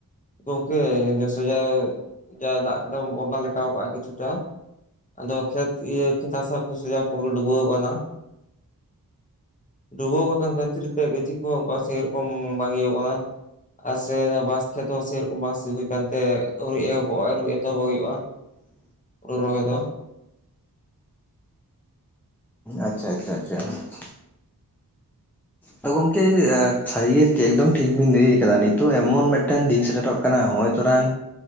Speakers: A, on the left (about 20°); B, in the centre.
A: ᱜᱚᱝᱠᱮ ᱱᱮᱥ ᱡᱟᱭ ᱫᱟᱜ ᱠᱟᱫᱟ ᱵᱚᱱᱱᱟ ᱞᱮᱠᱟᱣ ᱟᱠᱟᱜ-ᱟ ᱠᱤᱪᱷᱩᱴᱟ ᱾ ᱟᱫᱚ ᱠᱷᱮᱛ ᱤᱭᱟᱹ ᱠᱷᱮᱛ ᱦᱟᱥᱟ ᱠᱚ <inaudible> ᱯᱩᱨᱟᱹ ᱰᱩᱵᱟᱹᱣ ᱟᱠᱟᱱᱟ ᱾ ᱰᱩᱵᱟᱹᱣ ᱟᱠᱟᱱ ᱠᱷᱟᱹᱛᱤᱨ ᱛᱮ ᱜᱟᱹᱪᱷᱤ ᱠᱚᱦᱚᱸ ᱚᱱᱠᱟ ᱥᱮᱨᱚᱠᱚᱢ ᱵᱟᱝ ᱤᱭᱟᱹᱠᱟᱱᱟ ᱾ ᱟᱨ ᱥᱮ ᱵᱟᱸᱥ ᱠᱷᱮᱛ ᱦᱚᱸ ᱥᱮᱨᱚᱠᱚᱢ ᱵᱟ ᱥᱤ ᱦᱩᱭ ᱟᱠᱟᱱᱛᱮ ᱟᱹᱣᱨᱤ ᱮᱦᱚᱵᱚᱜ-ᱟ ᱟᱹᱣᱨᱤ ᱮᱛᱚᱦᱚᱵᱚᱜ ᱦᱩᱭᱩᱜ-ᱟ ᱾
B: <unintelligible>
A: ᱦᱩᱲᱩ ᱨᱚᱦᱚᱭ ᱫᱚ ᱾
B: ᱟᱪᱪᱷᱟ ᱟᱪᱪᱷᱟ ᱟᱪᱪᱷᱟ ᱾ ᱟ ᱜᱚᱝᱠᱮ ᱥᱟᱹᱨᱤ ᱮᱠᱫᱚᱢ ᱴᱷᱤᱠ ᱵᱤᱱ ᱞᱟᱹᱭ ᱟᱠᱟᱫᱟ ᱱᱤᱛᱚᱜ ᱮᱢᱚᱱ ᱢᱤᱫᱴᱮᱱ ᱫᱤᱱ ᱥᱮᱴᱮᱨᱚᱜ ᱠᱟᱱᱟ ᱦᱚᱸ-ᱚᱭ ᱛᱚᱨᱟᱝ